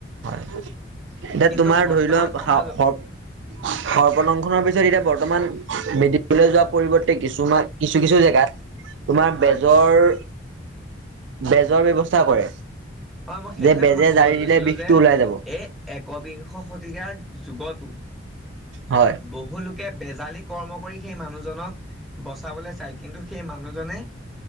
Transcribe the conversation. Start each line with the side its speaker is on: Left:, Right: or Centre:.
Right: হয়, এতিয়া
Centre: কিন্তু
Right: তোমাৰ
Centre: বৰ্তমান
Right: ধৰি লোৱা।
Centre: সমাজত
Right: সৰ্প-সৰ্পদংখনৰ পিছত এতিয়া বৰ্তমান মেদি লৈ যোৱা পৰিৱৰ্তে কিছুমান, কিছু-কিছু জেগাত। তোমাৰ
Centre: হয়
Right: বেজৰ? বেজৰ ব্যৱস্থা কৰে।
Centre: হয়, মই সেইটোকে
Right: যে বেজে
Centre: তোমাক কবলৈ
Right: জাৰি দিলে
Centre: লৈছিলো,
Right: বিষটো
Centre: যে?
Right: ওলাই যাব
Centre: এই একবিংশ শতিকাৰ যুগতো।
Right: হয়
Centre: বহুলোকে বেজালি কৰ্ম কৰি সেই মানুহজনক বচাবলৈ চাই, কিন্তু? সেই মানুহজনে